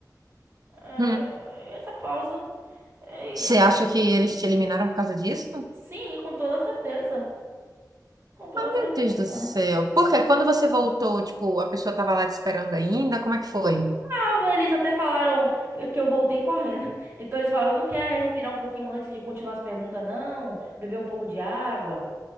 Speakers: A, on the right; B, on the right.
A: é,
B: Hum.
A: essa pausa. É,
B: Você acha
A: é,
B: que eles te eliminaram por causa disso?
A: sim, com toda certeza. Com toda
B: Meu
A: certeza.
B: Deus do céu. Porque quando você voltou, tipo, a pessoa tava lá te esperando ainda, como é que foi?
A: Tava, Eles até falaram que eu voltei correndo. <laughs> Então eles falaram: não quer respirar um pouquinho antes de continuar as perguntas, não? Beber um pouco de água.